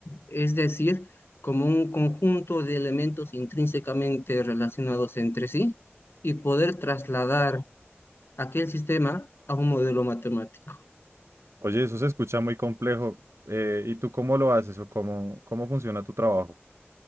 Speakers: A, on the left; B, on the right.
A: es decir, como un conjunto de elementos intrínsecamente relacionados entre sí y poder trasladar aquel sistema a un modelo matemático.
B: Oye, eso se escucha muy complejo. eh, ¿y tú cómo lo haces o cómo, cómo funciona tu trabajo?